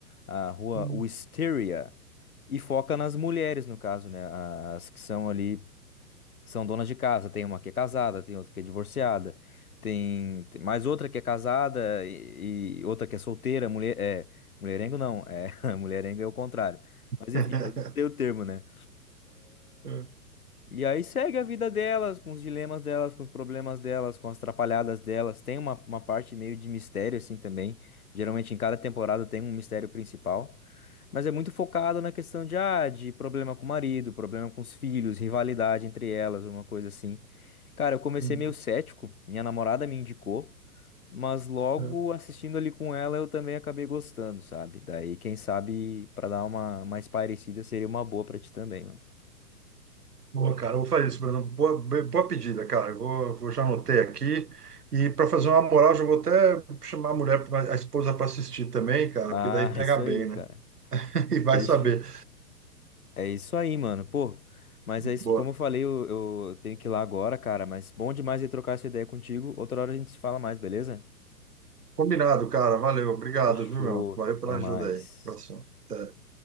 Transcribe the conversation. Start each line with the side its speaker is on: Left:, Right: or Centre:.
Left: a rua
Right: Hum.
Left: Wisteria, e foca nas mulheres, no caso, né, as que são ali são donas de casa. Tem uma que é casada, tem outra que é divorciada, tem, tem mais outra que é casada e, e outra que é solteira. Mulher, é, mulherengo não, é, <laughs> mulherengo é o contrário. Mas
Right: <laughs>
Left: enfim, eu não sei o termo, né?
Right: É,
Left: E aí segue a vida delas, com os dilemas delas, com os problemas delas, com as atrapalhadas delas. Tem uma, uma parte meio de mistério, assim, também. Geralmente em cada temporada tem um mistério principal. Mas é muito focado na questão de, ah, de problema com o marido, problema com os filhos, rivalidade entre elas, uma coisa assim. Cara, eu comecei
Right: Hum.
Left: meio cético, minha namorada me indicou, mas logo
Right: é.
Left: assistindo ali com ela eu também acabei gostando, sabe? Daí, quem sabe, pra dar uma mais parecida, seria uma boa pra ti também, mano.
Right: Boa, cara. Eu Vou fazer isso, Bruno. Boa, be- boa pedida, cara. Eu vou, vou já anotei aqui. E para fazer uma moral, já vou até chamar a mulher, pra- a esposa para assistir também, cara,
Left: Ah,
Right: porque daí pega
Left: <laughs> isso
Right: bem,
Left: aí, cara.
Right: né? <laughs> E vai
Left: Deixa-
Right: saber.
Left: É isso aí, mano. Pô, mas
Right: Boa.
Left: é isso, como eu falei, eu, eu tenho que ir lá agora, cara. Mas bom demais de trocar essa ideia contigo. Outra hora a gente se fala mais, beleza?
Right: Combinado, cara. Valeu. Obrigado,
Left: Fechou.
Right: viu, meu? Valeu
Left: Até
Right: pela
Left: mais.
Right: ajuda aí. Abração. Até.